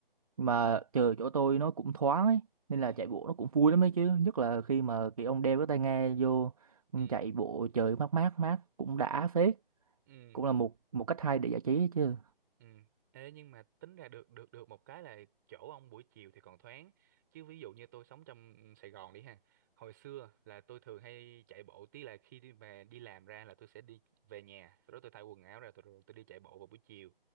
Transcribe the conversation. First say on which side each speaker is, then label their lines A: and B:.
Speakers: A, on the right; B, on the right.
A: mà trời chỗ tôi nó cũng thoáng ấy nên
B: ừ
A: là chạy bộ nó cũng vui lắm ấy chứ nhất là khi mà cái ông đeo cái tai nghe vô ông
B: ừ
A: chạy bộ trời mát mát mát cũng đã phết
B: ừ
A: cũng là một một cách hay để giải trí ấy chứ
B: Ừ. Ê, nhưng mà tính ra được được được một cái là chỗ ông buổi chiều thì còn thoáng chứ ví dụ như tôi sống trong Sài Gòn đi ha hồi xưa là tôi thường hay chạy bộ tí là khi đi về đi làm ra là tôi sẽ đi về nhà sau đó tôi thay quần áo ra tôi, rồi tôi đi chạy bộ vào buổi chiều